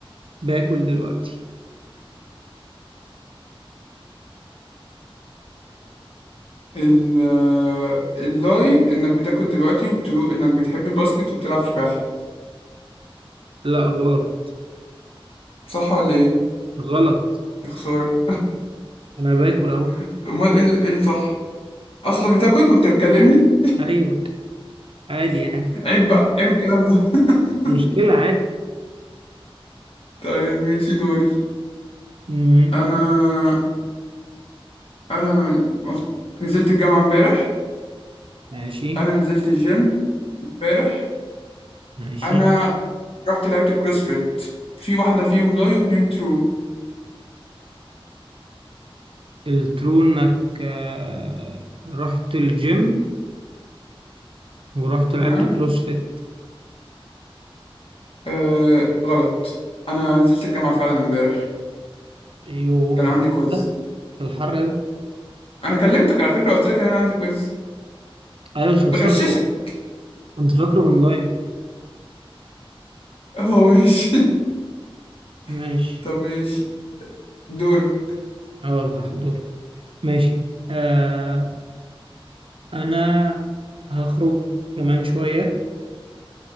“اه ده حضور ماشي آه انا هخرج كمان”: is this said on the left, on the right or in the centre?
Right